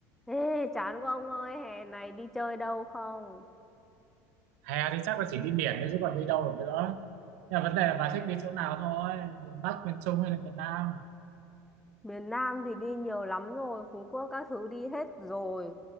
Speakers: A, in the centre; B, on the right.
A: Ê, chán quá ông ơi, hè này đi chơi đâu không?
B: hè thì chắc là chỉ đi biển thôi chứ còn đi đâu được nữa nhưng mà vấn đề là bà thích đi chỗ nào thôi miền Bắc miền Trung hay là miền Nam
A: Miền Nam thì đi nhiều lắm rồi, Phú Quốc các thứ đi hết rồi.